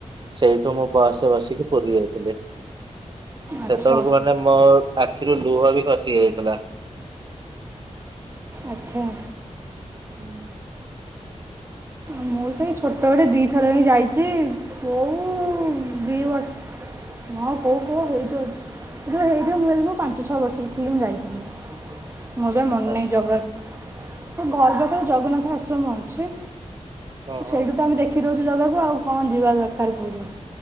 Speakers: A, on the right; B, on the right.
A: ସେଇଠୁ ମୁଁ ବସରେ ବସିକି ପୁରୀ ଯାଇଥିଲି।
B: ଆଚ୍ଛା
A: ସେତବେଳକୁ ମାନେ ମୋ ଆଖିରୁ ଲୁହ ବି ଖସି ଯାଇଥିଲା।
B: ଆଚ୍ଛା।
A: ହୁଁ।
B: ମୁଁ ସେଇ ଛୋଟବେଳେ ଦୁଇଥର ହିଁ ଯାଇଛି। କୋଉ ଦି ବର୍ଷ ହଁ କୋଉ କୋଉ ସେଇଠି ଅଛି। <unintelligible> ମୁଁ ଖାଲି ପାଞ୍ଚ ଛଅ ବର୍ଷର ଥିଲି ମୁଁ ଯାଇଥିଲି। ମୋର ବି ମନେ
A: ଆଚ୍ଛା
B: ନାହିଁ ଜଗ ତୋ ଘର ପାଖରେ ଜଗନ୍ନାଥ ଆଶ୍ରମ ଅଛି।
A: ହଁ ହଁ।
B: ସେଇଠୁ ତ ଆମେ ଦେଖି ଦୋଉଚୁ ଜାଗାକୁ ଆଉ କଣ ଯିବା ଦରକାର ପୁରୀ।